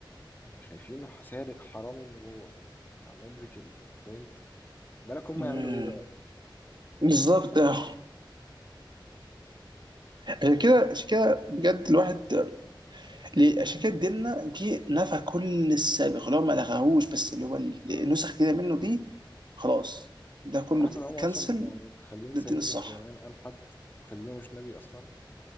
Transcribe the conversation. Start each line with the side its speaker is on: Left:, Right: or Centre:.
Left: شايفينه سارق حرام النبوة مدرك ال- البوينت بالك هم
Right: مم.
Left: يعملوا إيه بقى
Right: بالظبط آه. عشان كده عشان كده بجد الواحد ليه- عشان كده ديننا جه نفى كل السابق اللي هو ما لغاهوش
Left: بس
Right: بس اللي هو ال-
Left: بالظبط
Right: النسخ كده منه دي خلاص ده كله
Left: تعرف إن هم أصلا
Right: كنسل
Left: يعني خالين
Right: ده
Left: سيدنا
Right: الدين الصح
Left: سليمان قال حد وخالينه مش نبي أصلا